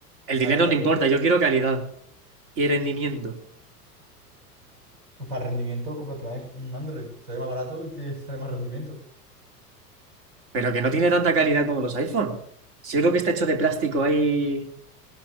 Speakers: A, on the right; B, on the right.
A: El
B: a
A: dinero
B: la calidad.
A: no importa. Yo quiero calidad y rendimiento.
B: Para rendimiento, cómprate un iPhone- un Android. Sale más barato y te sale más rendimiento.
A: pero que no tiene tanta calidad como los iPhone. Si yo creo que está hecho de plástico ahí